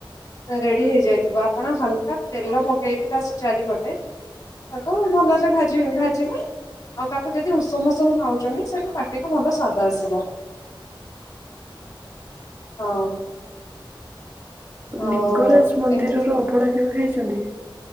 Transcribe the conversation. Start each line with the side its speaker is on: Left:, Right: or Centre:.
Left: ରେ ରେଡ଼ି ହେଇଯାଇଥିବ। ଆପଣ ହାଲକା ତେଲ ପକେଇକି ତା ସ୍ ଚାରିପଟେ ତାକୁ ଭଲସେ ଭାଜିବେ ଭାଜିବେ ଆଉ ତାକୁ ଯଦି ଉଷୁମ୍ ଉଷୁମ୍ ଖାଉଚନ୍ତି, ସେଇଟା ପାଟିକୁ ଭଲ ସ୍ୱାଦ ଆସିବ। ହଉ। ଆଉ
Right: ଲିଙ୍ଗରାଜ ମନ୍ଦିରର
Left: ଏମତି
Right: ଅଭଡ଼ା କେବେ ଖାଇଛନ୍ତି?